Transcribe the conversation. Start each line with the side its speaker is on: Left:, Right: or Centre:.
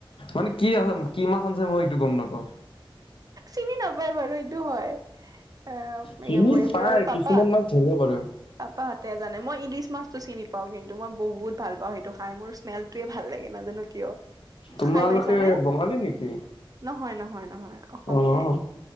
Left: মানে কি হয় কি মাছ আনিছে মই সেইটো গ'ম নাপাওঁ।
Right: চিনি নাপায় বাৰু এইটো হয়। এ
Left: চিনি
Right: এইবোৰ এইবোৰ
Left: পাই
Right: আৰু
Left: কিছুমান
Right: পাপাহ'ত
Left: মাছ ধৰিব পাৰো।
Right: পাপাহঁতে জানে, মই ইলিছ মাছতটো চিনি পাওঁ কিন্তু, মই বহুত ভাল পাওঁ সেইটো খাই। মোৰ স্মেলটয়ে ভাল লাগে নাজানো কিয়?
Left: তোমালোকে
Right: খাই পাইছানে?
Left: বঙালী নেকি?
Right: নহয়, নহয়, নহয় অসমীয়াই।
Left: অ',